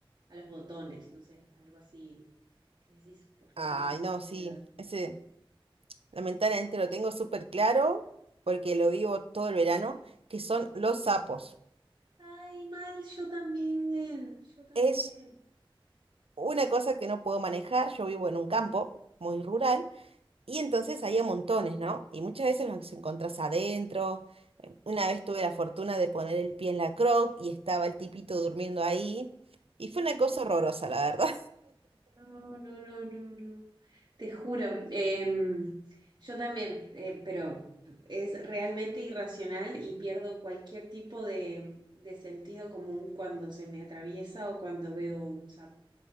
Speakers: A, on the right; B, on the right.
A: a los botones, no sé, algo así, que decís, ¿por
B: Ay,
A: qué le tenés
B: no,
A: miedo?
B: sí, ese lamentablemente lo tengo súper claro porque lo vivo todo el verano, que son los sapos.
A: Ay, mal, yo también, yo también.
B: Es una cosa que no puedo manejar, yo vivo en un campo muy rural y
A: Ujú.
B: entonces hay a montones, ¿no? Y muchas veces los encontrás adentro. Eh, Una vez tuve la fortuna de poner el pie en la croc y estaba el tipito durmiendo ahí y fue una
A: Ay,
B: cosa horrorosa,
A: no,
B: la verdad.
A: no, no, no, no, no. Te juro, em, yo también, eh, pero es realmente irracional y pierdo cualquier tipo de, de sentido común cuando se me atraviesa o cuando veo un sapo.